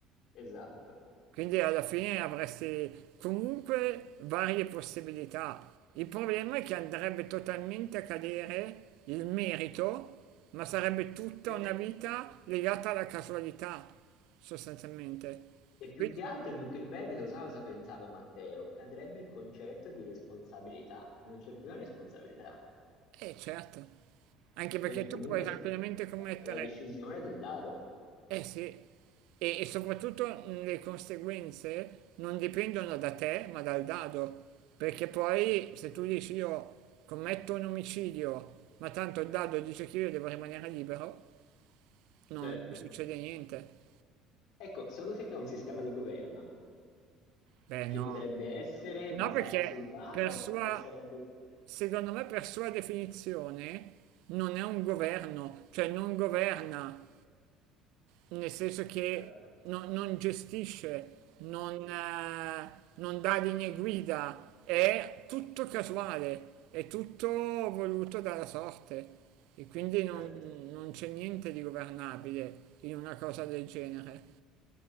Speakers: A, on the left; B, on the right.
A: Esatto.
B: quindi alla fine avresti comunque varie possibilità. Il problema è che andrebbe totalmente a cadere il merito, ma sarebbe tutta
A: Sì.
B: una vita legata alla casualità, sostanzialmente.
A: E più
B: Quindi,
A: che altro, più che il merito, sai cosa pensavo Matteo? Cadrebbe il concetto di responsabilità. Non c'è più una responsabilità.
B: eh certo, anche perché
A: perché
B: tu
A: comunque
B: puoi tranquillamente
A: s-
B: commettere
A: la decisione è del dado.
B: Eh sì, e, e soprattutto mh, le conseguenze non dipendono da te, ma dal dado, perché poi se tu dici io commetto un omicidio, ma tanto il dado dice che io devo rimanere libero, non
A: Certo.
B: succede niente.
A: Ecco, secondo te un sistema di governo
B: Beh,
A: ci
B: no.
A: potrebbe essere
B: No,
A: basato
B: perché
A: sul dado
B: per sua,
A: o sarebbe...
B: secondo me per sua definizione non è un governo, cioè non governa Nel senso che
A: Certo,
B: non, non gestisce, non, eh, non dà linee guida, è tutto casuale, è tutto voluto dalla sorte e quindi non,
A: Certo.
B: non c'è niente di governabile in una cosa del genere.